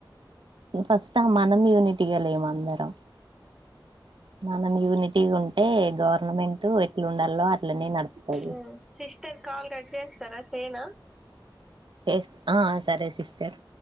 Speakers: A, on the right (about 70°); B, in the centre.
A: ఫస్ట్ ఆ మనం యూని టి గా లేము అందరం మనం యూనిటీగ ఉంటే గవర్నమెంటు ఇట్లు ఉండాలో అట్లనే నడుపుతది
B: ఉమ్ సిస్టర్ కాల్ కట్ జేస్తర చేయనా
A: చే ఆ సరే సిస్టర్